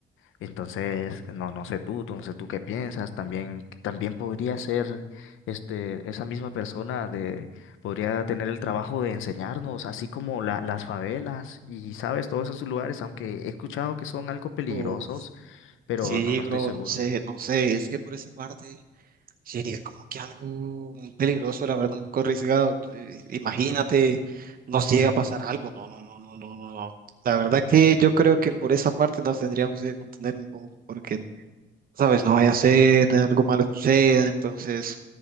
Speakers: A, on the left (about 85°); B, on the right (about 45°).
A: Entonces, no, no sé tú, no sé tú qué piensas, también, también podría ser este, esa misma persona de, podría tener el trabajo de enseñarnos, así como la- las favelas y, sabes, todos esos lugares, aunque he escuchado que son algo peligrosos,
B: Uf,
A: pero
B: Sí,
A: no, no estoy
B: bro,
A: seguro.
B: no sé, no sé, es que por esa parte sería como que algo muy peligroso, la verdad, un poco arriesgado. eh, Imagínate, nos llega a pasar algo, no, no, no, no, no, no, no. La verdad que yo creo que por esa parte nos tendríamos que contener un poco, porque ¿sabes? No vaya a ser, algo malo suceda, entonces